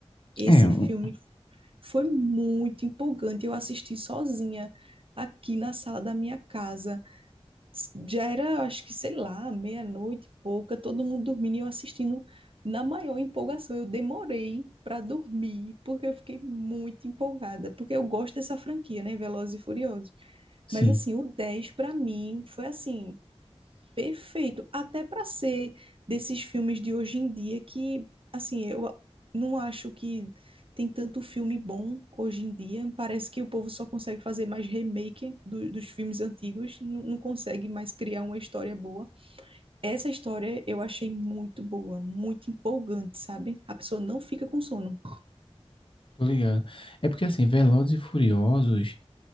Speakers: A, on the right (about 55°); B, on the left (about 50°).
A: Esse
B: É, um-
A: filme foi muito empolgante. Eu assisti sozinha aqui na sala da minha casa. Já era, acho que, sei lá, meia-noite e pouca, todo mundo dormindo e eu assistindo na maior empolgação. Eu demorei para dormir, porque eu fiquei muito empolgada, porque eu gosto dessa franquia, né? Velozes e Furiosos.
B: sim,
A: Mas, assim, o 10 para mim foi assim perfeito, até para ser desses filmes de hoje em dia que, assim, eu a- não acho que tem tanto filme bom hoje em dia. Parece que o povo só consegue fazer mais remake do- dos filmes antigos, n- não consegue mais criar uma história boa. Essa história eu achei muito boa, muito empolgante, sabe? A pessoa não fica com sono.
B: tô ligado. É porque assim, Velozes e Furiosos.